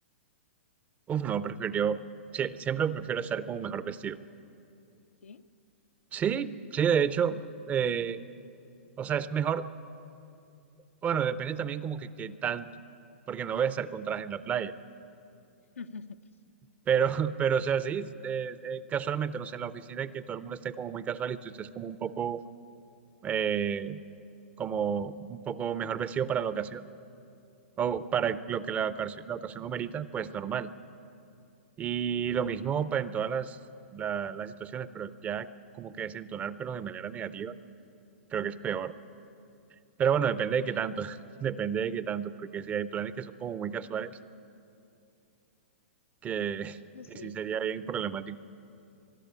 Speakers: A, on the right; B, on the left.
A: uf, no, prefiero, sie- siempre prefiero estar como mejor vestido.
B: ¿Sí?
A: Sí, sí, de hecho, eh, o sea, es mejor. Bueno, depende también como que qué tanto, porque no voy a estar con traje en la playa.
B: <laughs>
A: Pero, <laughs> pero o sea, sí, eh, eh, casualmente, no sé, en la oficina que todo el mundo esté como muy casual y tú estés como un poco, eh, como un poco mejor vestido para la ocasión, o para lo que la ocasión, la ocasión lo merita, pues normal. Y lo mismo pues, en todas las, la- las situaciones, pero ya como que desentonar, pero de manera negativa, creo que es peor. Pero bueno, depende
B: Sí,
A: de qué tanto, <laughs> depende de qué tanto, porque si hay planes que son como muy casuales que, <laughs>
B: eso
A: que
B: sí.
A: sí sería bien problemático.